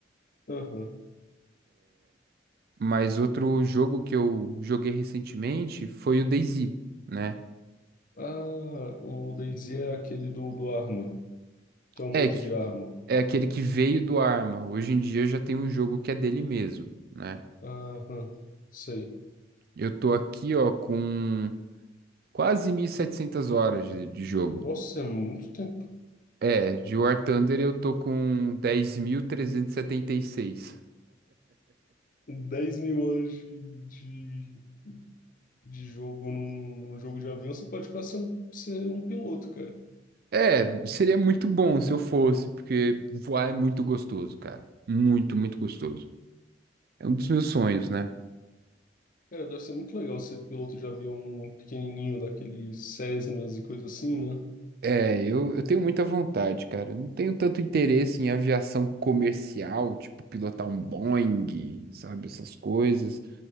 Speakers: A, on the left; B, on the right.
A: Aham.
B: Mas outro jogo que eu joguei recentemente foi o DayZ, né?
A: Ah, o DayZ é aquele do, do Arma, que é um
B: É,
A: mod
B: que-
A: de arma.
B: é aquele que veio do Arma. Hoje em dia já tem um jogo que é dele mesmo, né?
A: Aham, sei.
B: Eu tô aqui, ó, com quase 1.700 horas de, de jogo.
A: Nossa, é muito tempo.
B: É, de War Thunder eu tô com dez mil trezentos e e setenta e seis.
A: dez mil horas de, de, de jogo num, num jogo de avião, você pode quase ser um, ser um piloto, cara.
B: É, seria muito bom se eu fosse, porque voar é muito gostoso, cara. Muito, muito gostoso. É um dos meus sonhos, né?
A: Cara, deve ser muito legal ser piloto de avião pequenininho, daqueles Cessnas e coisa assim, né?
B: É, eu, eu tenho muita vontade, cara. Eu não tenho tanto interesse em aviação comercial, tipo pilotar um Boeing, sabe, essas coisas,